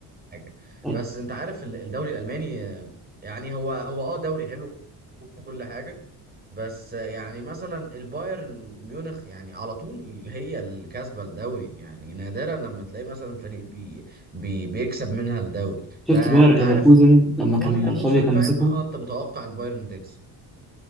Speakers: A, on the right; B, in the centre.
A: حاجه
B: طيب،
A: بس انت عارف ال- الدوري الالماني آه، يعني هو هو اه دوري حلو وكل حاجة بس يعني مثلا البايرن ميونخ يعني على طول هي اللي كاسبة الدوري يعني نادرا لما تلاقي مثلا فريق بي بي بيكسب منها الدوري
B: شفت
A: فأنت
B: باير ليفركوزن
A: عارف
B: لما
A: كل
B: كان
A: موسم
B: شافي كان
A: فاهم
B: ماسكهم
A: اه انت متوقع البايرن تكسب